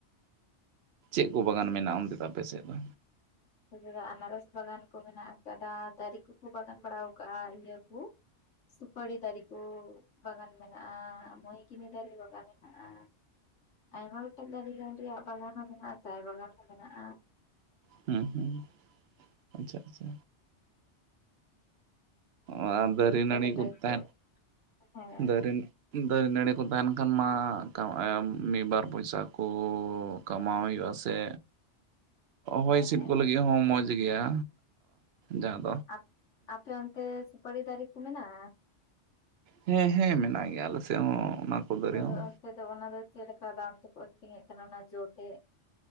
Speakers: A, on the right (about 65°); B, on the left (about 85°).
A: ᱪᱮᱜ ᱠᱩ ᱵᱟᱜᱟᱱ ᱢᱮᱱᱟᱜ-ᱟ ᱚᱱᱛᱮ ᱫᱚ ᱟᱯᱮ ᱥᱮᱜ ᱫᱚ?
B: ᱱᱚᱛᱮ ᱫᱚ ᱟᱱᱟᱨᱚᱥ ᱵᱟᱜᱟᱱ ᱠᱚ ᱢᱮᱱᱟᱜ ᱟᱠᱟᱫᱟ ᱫᱟᱨᱤ ᱠᱚᱠᱚ ᱵᱟᱜᱟᱱ ᱵᱟᱲᱟᱣ ᱠᱟᱜ-ᱟ ᱤᱭᱟᱹ ᱠᱩ ᱥᱩᱯᱟᱹᱲᱤ ᱫᱟᱨᱤ ᱠᱩ ᱵᱟᱜᱟᱱ ᱢᱤᱱᱟᱜ-ᱟ ᱢᱚᱭᱠᱤᱢᱤ ᱫᱟᱨᱮ ᱵᱟᱜᱟᱱ ᱢᱮᱱᱟᱜ-ᱟ᱾ ᱟᱭᱢᱟ ᱜᱚᱴᱟᱡ ᱫᱟᱨᱤ ᱜᱮ ᱚᱴᱮ ᱵᱟᱜᱟᱱ ᱦᱚᱸ ᱢᱮᱱᱟᱜ-ᱟ ᱵᱟᱜᱟᱱ ᱦᱚᱸ ᱢᱮᱱᱟᱜ-ᱟ
A: ᱦᱩᱸ ᱦᱩᱸ ᱟᱪᱷᱟ ᱟᱪᱷᱟ ᱚ ᱟ ᱫᱟᱨᱤ
B: ᱡᱚᱛᱚ
A: ᱱᱟᱹᱲᱤ
B: ᱞᱮᱠᱟ
A: ᱠᱚ
B: ᱜᱮᱠᱚ
A: ᱛᱟᱦᱮᱸᱫ
B: ᱦᱮᱸ
A: ᱫᱟᱨᱤᱱ ᱫᱟᱨᱮ ᱱᱟᱹᱲᱤ ᱠᱚ ᱛᱟᱦᱮᱱ ᱠᱷᱟᱱ ᱢᱟ ᱠᱟᱢ ᱟᱢ ᱢᱤᱫ ᱵᱟᱨ ᱯᱚᱭᱥᱟ ᱠᱩᱻ ᱠᱟᱢᱟᱣ ᱦᱩᱭᱩᱜ-ᱟ ᱥᱮ
B: ᱦᱮᱸ
A: ᱦᱚᱭ ᱦᱤᱸᱥᱤᱫ
B: ᱦᱮᱸ
A: ᱠᱚ ᱞᱟᱹᱜᱤᱫ ᱦᱚᱸ ᱢᱚᱡᱽ ᱜᱮᱭᱟ ᱡᱟᱛ
B: ᱟᱯ ᱟᱯᱮ ᱚᱱᱛᱮ ᱥᱩᱯᱟᱲᱤ ᱫᱟᱨᱤ ᱠᱩ ᱢᱮᱱᱟᱜ-ᱟ?
A: ᱦᱮᱸ ᱦᱮᱸ ᱢᱮᱱᱟᱜ ᱜᱮᱭᱟ ᱟᱞᱮ ᱥᱮᱜ ᱦᱚᱸ ᱚᱱᱟ ᱠᱚ ᱫᱟᱨᱮ
B: ᱛᱚᱵᱮ
A: ᱦᱚᱸ
B: ᱚᱱᱛᱮ ᱫᱚ ᱚᱱᱟ ᱫᱚ ᱪᱮᱫ ᱞᱮᱠᱟ ᱫᱟᱢ ᱛᱮᱠᱚ ᱟᱠᱷᱨᱤᱧᱜᱫ ᱠᱟᱱᱟ ᱚᱱᱟ ᱡᱚ ᱛᱮ?